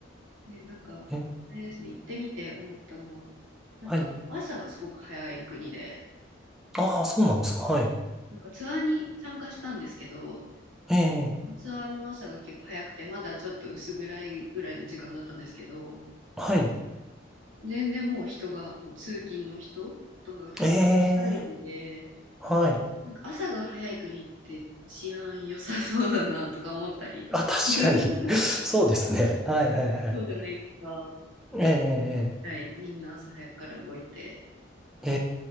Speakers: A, on the right; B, in the centre.
A: ね、なんかあれですね行ってみて思ったのは
B: え、
A: なんか朝がすごく早い国で
B: はい。ああ、そうなんですか。はい。
A: なんかツアーに参加したんですけど
B: ええ、
A: ツアーの朝が結構早くて、まだちょっと薄暗いぐらいの時間だったんですけど、
B: はい。
A: 全然もう人が、もう通勤の人とかがたくさん歩いてて、
B: ええ、はい。
A: なんか朝が早い国って治安良さそうだなとか思ったり、
B: あ、確かに。
A: <laughs>
B: <laughs> そうですね。はいはいはい。
A: そうじゃないですか。
B: ええ、ええ。ええ
A: はい、みんな朝早くから動いて。
B: へ